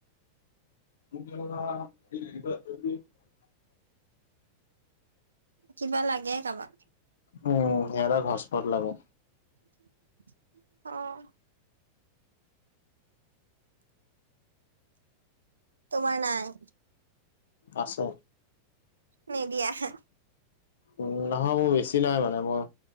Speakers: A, on the left; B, on the right.
A: মোকা <unintelligible>
B: কিবা লাগে কাবাক।
A: উম, সিহঁতক সষ্ট পট লাগে।
B: <inaudible> অ'। তোমাৰ নাই।
A: আছে।
B: নিদিয়ে হে।
A: উম, নহয় মোৰ বেছি নাই মানে মই